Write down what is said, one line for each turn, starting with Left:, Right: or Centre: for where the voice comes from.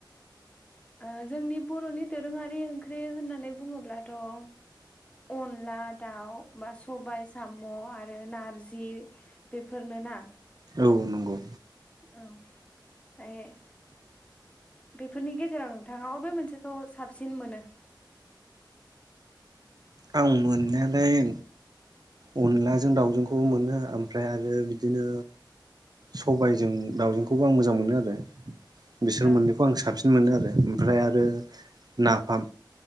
Left: ओ जोंनि बर'नि दोरोङारि ओंख्रि होननानै बुङोब्लाथ' ओ अनला दाउ बा सबाय साम' आरो नारजि बेफोरनो ना।
Right: औ नंगौ।
Left: औ फ्राय बेफोरनि गेजेराव नोंथाङा अबे मोनसेखौ साबसिन मोनो
Right: आं मोननायालाय अनलाजों दावजोंखौ मोनो ओमफ्राय आरो बिदिनो सबायजों दावजोंखौबो आं मोजां मोनो आरो बिसोर
Left: ओं
Right: मोननैखौ आं साबसिन मोनो आरो ओमफ्राय आरो नाफाम